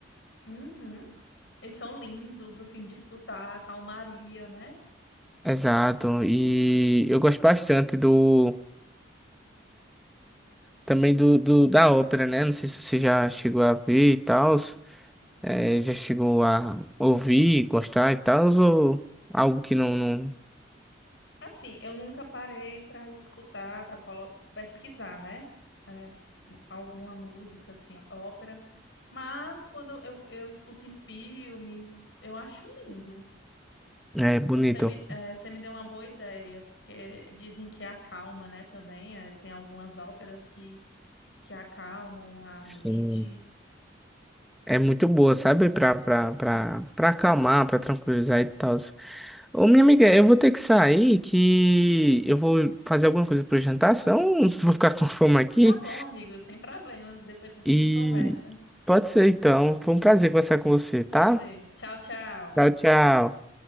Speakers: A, on the left (about 65°); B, in the centre.
A: Uhum. Eles são lindos, assim, de escutar, a calmaria, né?
B: Exato. E eu gosto bastante do. também do, do- da ópera, né? Não sei se você já chegou a ver e tal, é, já chegou a ouvir, gostar e tal, ou algo que não, não
A: Assim, eu nunca parei para escutar, para pesquisar, né? É, s- alguma música, assim, ópera. Mas quando eu, eu escuto em filmes, eu acho lindo.
B: é bonito.
A: Você me, eh, você me deu uma boa ideia, porque dizem que acalma, né, também. eh, tem algumas óperas que, que acalmam a
B: Sim.
A: mente.
B: É muito boa, sabe? Pra, pra, pra, pra acalmar, pra tranquilizar e tal. Ô, minha amiga, eu vou ter que sair, que eu vou fazer alguma coisa pro jantar, senão <laughs> vou ficar com fome aqui.
A: Tá bom, amigo, sem problemas. Depois a gente
B: E
A: conversa.
B: pode ser então. Foi um prazer conversar com você, tá?
A: Prazer. Tchau, tchau.
B: Tchau, tchau.